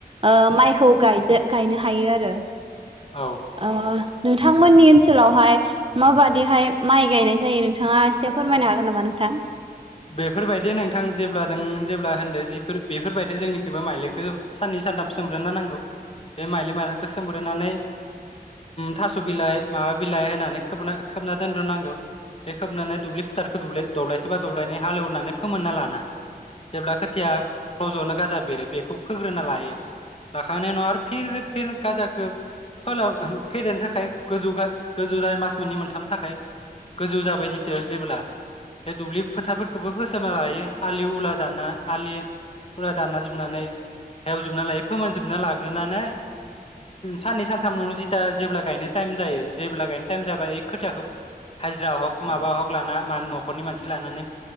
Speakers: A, on the right; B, on the left.
A: ओ माइखौ गायजे गायनो हायो आरो
B: औ
A: ओ नोंथांमोननि ओनसोलावहाय माबादिहाय माइ गायनाय जायो नोंथाङा एसे फोरमायनो हागोन नामा नों थां।
B: बेफोरबायदि नोंथां जेब्ला नों जेब्ला होनदो जेफोर बेफोरबायदि जोंनिखिबो माइलिखौ साननै सानथाम सोमब्रोनो नांगौ बे माइल माइखौ सोमब्रोनानै थास' बिलाइ माबा बिलाइ होनानै खोबना खोबना दोनग्रोनांगौ बे खोबनानै दुब्लि फोथारखौ दब्लायसे बा दब्लायनै हालेवनानै फोमोनना लाना। जेब्ला खोथिया रज'नो गाजा बेरो बेखौ फोग्रोना लायो। लाखांनाय नङा आरो फिन फिन गाजाखो फोलाव ओम फेदेरनो थाखाय गोजौ गा गोजौ जायो मास मोननै मोनथामनि थाखाय गोजौ जाबाय जेथिया जेबोला बे दुब्लि फोथारफोरखौबो होसाबना लायो आलि उला दाना आलि उला दानना जोबनानै हेवजोबना लायो फोमोनजोबना लाग्रोनानै साननै सानथामनावनो जिथा जेब्ला गायनो टाइम जायो जेब्ला गायनो टाइम जाबाय इ खोथियाखौ हाजिरा हग माबा हक लाना म न'खरनि मानसि लानानै